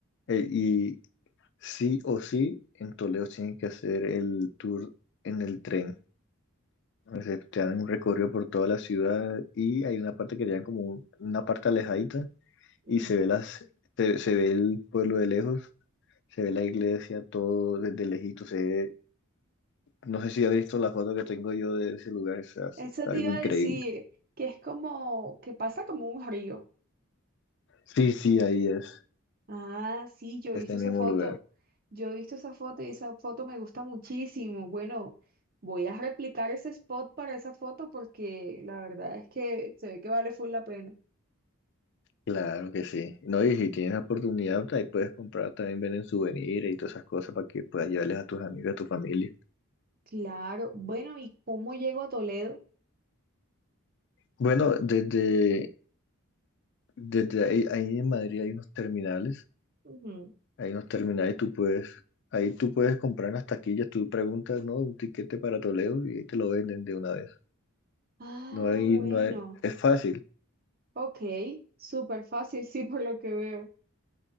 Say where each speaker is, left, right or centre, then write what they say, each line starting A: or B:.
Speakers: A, on the left; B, on the right.
A: eh, y sí o sí, en Toledo tienen que hacer el tour en el tren. se te dan un recorrido por toda la ciudad y hay una parte que te como un- una parte alejadita
B: Ujú.
A: y se ve las, se, se ve el pueblo de lejos, se ve la iglesia, todo desde lejito, se ve- no sé si has visto la foto que tengo yo de ese lugar, es, es
B: Eso
A: algo
B: te iba
A: increíble.
B: a decir, que es como, que pasa como un río.
A: Sí, sí, ahí es,
B: Ah, sí, yo he
A: es
B: visto
A: el
B: esa
A: mismo
B: foto.
A: lugar.
B: Yo he visto esa foto y esa foto me gusta muchísimo. Bueno, voy a replicar ese spot para esa foto porque la verdad es que se ve que vale full la pena.
A: Claro que sí. No, y si tienes la oportunidad, ahí puedes comprar también, venden souvenirs y todas esas cosas para que puedas llevarles a tus amigos, a tu familia.
B: Claro. Bueno, ¿y cómo llego a Toledo?
A: Bueno, desde, desde ahí, ahí en Madrid hay unos terminales
B: Ujú.
A: Ahí nos termina y tú puedes, ahí tú puedes comprar en las taquillas, tú preguntas, ¿no? Un tiquete para Toledo y ahí te lo venden de una vez.
B: Ah,
A: No hay,
B: bueno.
A: no hay, es fácil.
B: Ok, súper fácil, <laughs> sí, por lo que veo.